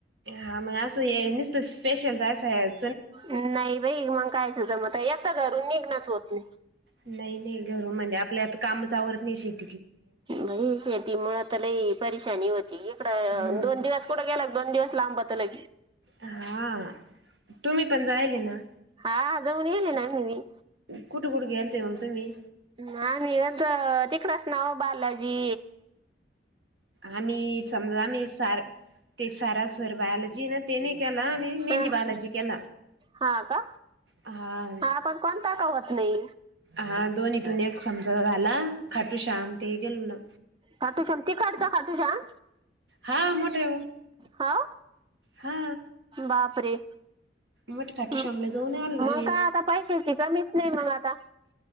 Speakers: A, on the right (about 75°); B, on the right (about 30°).
A: हा मग असं नुसतं स्पेशल जायसा हेज
B: नाही बाई मग कायचं जमत एक तर घरून निघणच होत नाही
A: नाही नाही घर म्हणजे आपल्या आता काम आवरत नाही शिक
B: बई शेती मुळ त्याला परेशानी होती
A: हम्म
B: दोन दिवस कुठं गेला दोन दिवस लांबत होतं लय
A: हा तुम्ही पण जायल ना
B: हा अ जाऊन येली नी
A: कुठे कुठे गेयल ते म्हग तुम्ही
B: ना इरत तिकर नाव बालाजी
A: आम्ही समजा आम्ही सार ते सार सर बाया लां जी ना तेने केला मी मेहंदी
B: हा
A: बालाजी केला.
B: हा का
A: हा
B: पण कोणता का होत नाही
A: हा दोन इथून एक समजा झाला खट टू श्याम ते केल नं.
B: खटुश्याम त काडचा खाटूशाम.
A: हां मोठे
B: हा,
A: हा
B: बाप रे!
A: मोठे खाटू
B: ह
A: श्यामला जाऊन
B: मंग
A: आलो ना आम्ही
B: काय आता पैशाची कमीच नाय मंग आता.